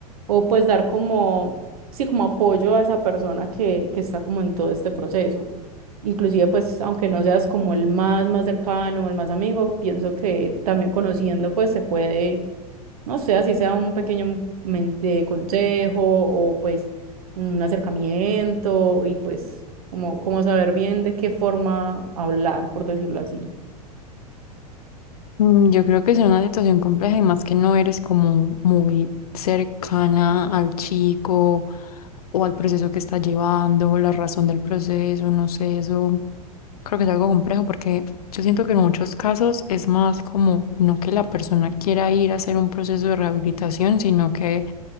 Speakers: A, on the right; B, on the left.
A: o pues dar como, sí, como apoyo a esa persona que, que está como en todo este proceso. Inclusive pues aunque no seas como el más más cercano, el más amigo, pienso que también conociendo pues se puede no sé, así sea un pequeño men- de consejo o pues un acercamiento y pues como, como saber bien de qué forma hablar, por decirlo así.
B: Mm, Yo creo que es una situación compleja y más que no eres como muy cercana al chico o al proceso que está llevando, la razón del proceso, no sé, eso Creo que es algo complejo porque yo siento que en muchos casos es más como no que la persona quiera ir a hacer un proceso de rehabilitación, sino que